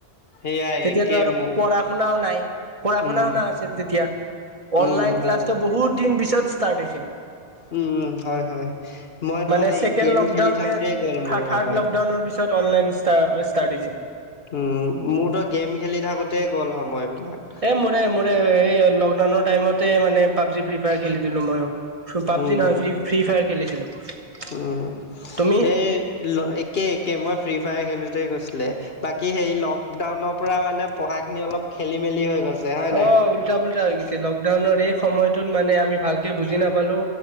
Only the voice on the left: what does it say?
সেয়াই
একে
ময়ো।
উম,
উম, হয়।
উম উম' হয় হয়। মইতো
হেৰি
গেম
খেলি থাকোতেই
গ'ল
মোৰ
সময়।
উম' মোৰ তো গেম খেলি থাকোতেই গ'ল সময়বিলাক।
উম,
উম'
তে একে একে মই ফ্ৰী ফায়াৰ খেলোতে গৈছিলে। বাকী হেই লকডাউনৰ পৰা মানে পঢ়াখিনি অলপ খেলি মেলি হৈ গৈছে। হয় নাই?